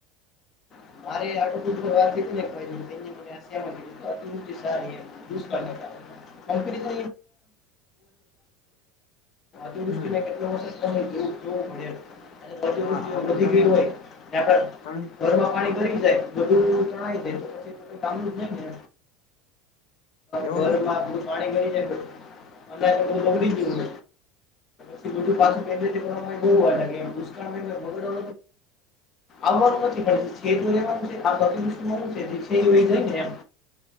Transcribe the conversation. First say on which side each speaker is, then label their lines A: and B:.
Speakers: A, on the left; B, on the left.
A: મારે આડ. <inaudible> <unintelligible> દૃષ્ટિ
B: હમ
A: કેટલો વર્ ત જોવો પડે છ
B: હા અને
A: વધી
B: ઘણી
A: ગયું હોય આપડ
B: ઘણી
A: ઘરમાં પાણી ભરી જાય. બધું તણાય દે તો પછી
B: એવું
A: <unintelligible> ઘરમાં
B: નથી
A: પાણી કરીલે બધું બગડી ગયું પછી બું પાછું.
B: ઈ
A: બ વા લાગે દુગડવા આવવાનું નથી મળતી. ખ આતદષ મ છે જે છે વય જાય ને એમ.